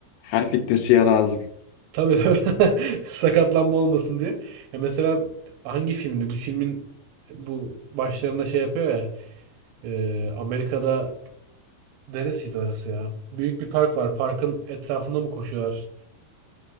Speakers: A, on the left (about 80°); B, on the right (about 85°).
A: Her fitnessçiye lazım.
B: Tabii tabii. <laughs> Sakatlanma olmasın diye. Ya mesela hangi filmde? Bir filmin bu başlarında şey yapıyor ya. e, Amerika'da Neresiydi orası ya? Büyük bir park var. Parkın etrafında mı koşuyorlar